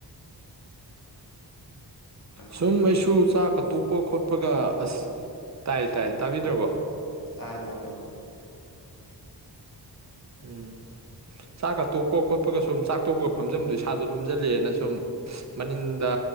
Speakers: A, on the left; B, on the right.
A: ꯍꯜꯂꯣ
B: ꯁꯨꯝ ꯃꯩꯁꯨ ꯆꯥꯛ ꯀꯠꯠꯇꯣꯛꯄ ꯈꯣꯠꯄꯒ ꯑꯁ ꯇꯥꯏ ꯇꯥꯏ ꯇꯥꯕꯤꯗ꯭ꯔꯕꯣ
A: ꯇꯥꯏ ꯇꯥꯏ ꯃꯔꯣ
B: ꯎꯝ ꯆꯥꯛꯀ ꯇꯣꯛꯄ ꯈꯣꯠꯄꯒ ꯁꯨꯝ ꯆꯥꯛ ꯇꯣꯛꯄꯒ ꯐꯝꯖꯕꯗꯨꯣ ꯏꯁꯥꯗꯣ ꯂꯨꯝꯁꯤꯜꯂꯦꯅ ꯁꯨꯝ ꯃꯅꯤꯡꯗ